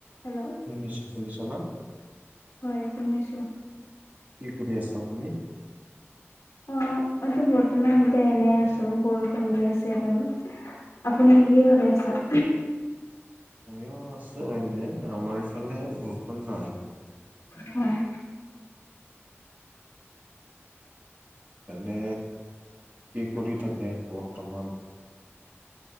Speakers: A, on the left; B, on the right.
A: Hello
B: English শুনিছ না
A: হয়, শুনিছো।
B: কি কৰি আছে আপুনি?
A: অ মইটো বৰ্তমান এনেই আছোঁ। বৰষুণ দি আছে বাৰু আপুনি কিহে কৰি আছা।
B: মইয়ো আছোঁ এনে, আমাৰ ইফালে বৰষুণ নাই।
A: হয়।
B: তেনে কি কৰি থাকে, বৰ্তমান